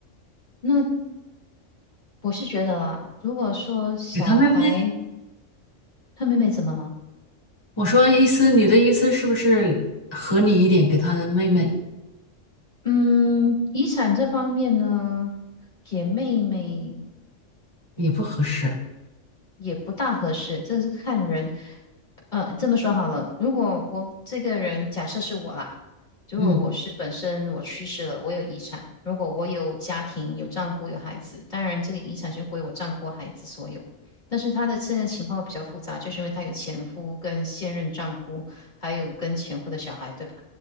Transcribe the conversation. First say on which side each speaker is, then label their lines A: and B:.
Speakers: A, on the left (about 35°); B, on the left (about 20°).
A: 那我是觉得啦，如果说小孩
B: 给他妹妹。
A: 她妹妹怎么了？
B: 我说意思，你的意思是不是合理一点，给他的妹妹
A: 嗯，遗产这方面呢，给妹妹
B: 也不合适？
A: 也不大合适，这是看人。呃，这么说好了，如果我这个人假设是我啦，如果我是本身我去世了，
B: 嗯，
A: 我有遗产，如果我有家庭，有丈夫，有孩子，当然这个遗产就归我丈夫、孩子所有。但是她的现在情况会比较复杂，就是因为她有前夫跟现任丈夫，还有跟前夫的小孩，对吧？